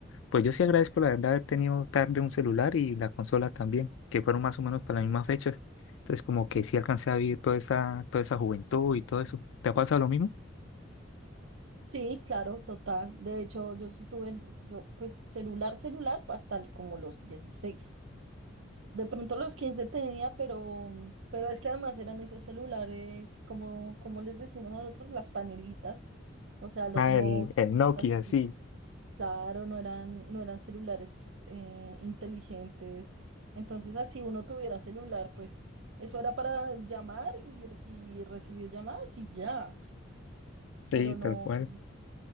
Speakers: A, on the left; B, on the right.
A: Pues yo sí agradezco la verdad haber tenido tarde un celular y la consola también, que fueron más o menos para las mismas fechas. Entonces como que sí alcancé a vivir toda esa, toda esa juventud y todo eso. ¿Te ha pasado lo mismo?
B: Sí, claro, total. De hecho, yo sí tuve, yo pues celular, celular, hasta como los 16. De pronto los 15 tenía, pero, pero es que además eran esos celulares, como, como les decimos nosotros, las panelitas. O sea, los
A: Ah,
B: no,
A: el, el Nokia,
B: así,
A: sí,
B: claro, no eran, no eran celulares eh, inteligentes. Entonces, así uno tuviera celular, pues eso era para llamar y, y recibir llamadas y ya. Pero
A: sí,
B: no,
A: tal cual.